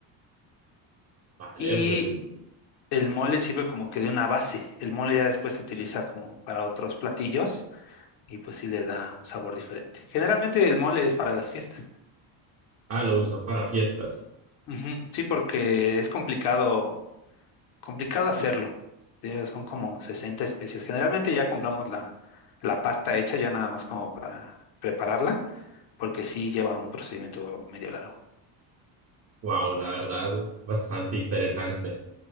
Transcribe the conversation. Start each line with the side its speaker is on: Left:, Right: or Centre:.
Right: Vale,
Left: Y
Right: pues,
Left: el mole sirve como que de una base. El mole ya después se utiliza como para otros platillos y pues sí le da un sabor diferente. Generalmente el mole es para las fiestas.
Right: ah, lo usan para fiestas.
Left: Ujú, Sí, porque es complicado, complicado hacerlo. Eh, Son como 60 especies. Generalmente ya compramos la, la pasta hecha ya nada más como para prepararla, porque sí lleva un procedimiento medio largo.
Right: Wow, la verdad, bastante interesante.